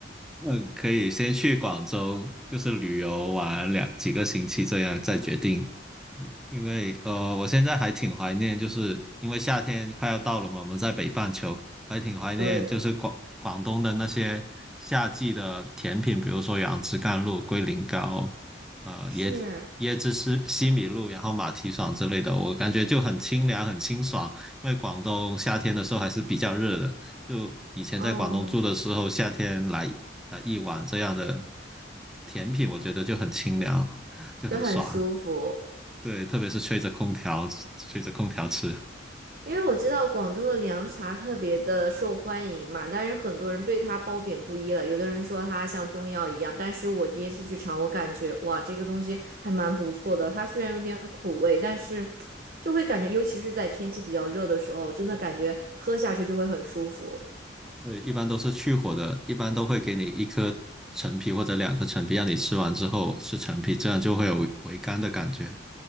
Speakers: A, in the centre; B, on the right.
A: 嗯，可以先去广州，就是旅游玩两几个星期，这样再决定。<laughs> 因为呃，我现在还挺怀念，就是因为夏天快要到了嘛，我们在北半球还挺怀念，
B: 对，
A: 就是广广东的那些夏季的甜品，比如说杨枝甘露、龟苓膏，呃，
B: 是，
A: 椰椰汁西西米露，然后马蹄爽之类的，我感觉就很清凉、很清爽。因为广东夏天的时候还是比较热的，就以前在广东住的时候，
B: 哦，
A: 夏天来来一碗这样的甜品，我觉得就很清凉，就很爽。
B: 就很舒服。
A: 对，特别是吹着空调，吹着空调吃。
B: 因为我知道广州的凉茶特别的受欢迎嘛，但是很多人对它褒贬不一了。有的人说它像中药一样，但是我第一次去尝，我感觉哇，这个东西还蛮不错的。它虽然有点苦味，但是就会感觉，尤其是在天气比较热的时候，真的感觉喝下去就会很舒服。
A: 对，一般都是去火的，一般都会给你一颗陈皮或者两颗陈皮，让你吃完之后吃陈皮，这样就会有回甘的感觉。